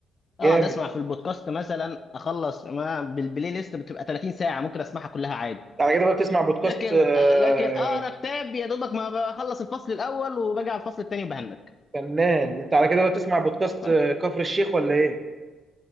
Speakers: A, on the left (about 40°); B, on the right (about 30°).
A: اقعد
B: جامد
A: اسمع في البودكاست مثلا اخلص ما بالبلاي ليست بتبقى 30 ساعه ممكن اسمعها كلها عادي
B: على كده بقى بتسمع بودكاست
A: لكن
B: آه،
A: لكن اقرا كتاب يا دوبك ما بخلص الفصل الاول وباجي على الفصل الثاني وبهنك
B: فنان انت على كده بقى بتسمع بودكاست
A: ف-
B: آه، كفر الشيخ ولا ايه